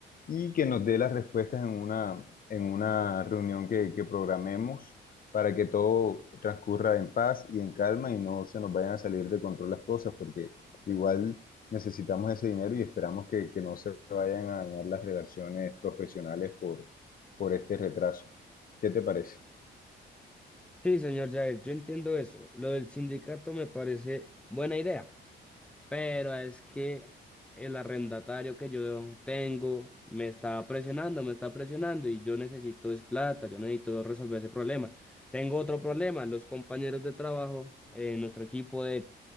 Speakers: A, on the left; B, in the centre.
A: y que nos dé las respuestas en una, en una reunión que, que programemos para que todo transcurra en paz y en calma y no se nos vayan a salir de control las cosas, porque Igual necesitamos ese dinero y esperamos que, que no se vayan a dañar las relaciones profesionales por, por este retraso. ¿Qué te parece?
B: Sí, señor Jair, yo entiendo eso. Lo del sindicato me parece buena idea. Pero es que el arrendatario que yo tengo me está presionando, me está presionando y yo necesito es plata, yo necesito resolver ese problema. Tengo otro problema, los compañeros de trabajo, eh, nuestro equipo de,